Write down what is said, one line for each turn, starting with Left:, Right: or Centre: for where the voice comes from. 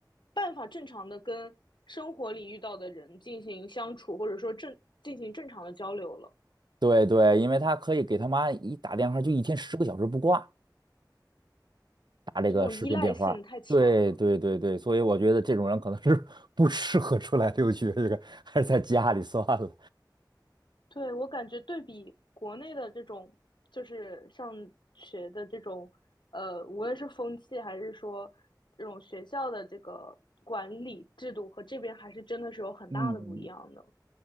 Left: 办法正常的跟生活里遇到的人进行相处，或者说正进行正常的交流了，
Right: 对对，因为他可以给他妈一打电话，就一天十个小时不挂，打这个视频电话。
Left: 这种依赖性太强了。
Right: 对对对对，所以我觉得这种人可能是 <laughs> 不适合出来留学，这个还是在家里算了。
Left: 对，我感觉对比国内的这种，就是上学的这种，呃，无论是风气还是说这种学校的这个管理制度和这边还是真的是有很大的不一样的。
Right: 嗯。